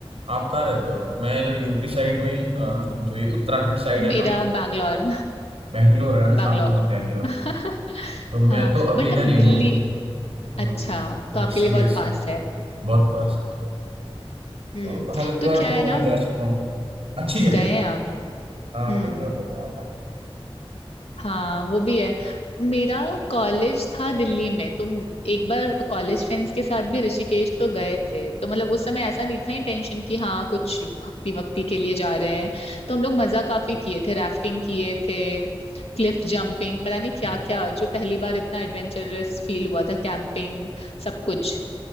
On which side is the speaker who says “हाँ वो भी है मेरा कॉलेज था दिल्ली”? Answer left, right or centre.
Left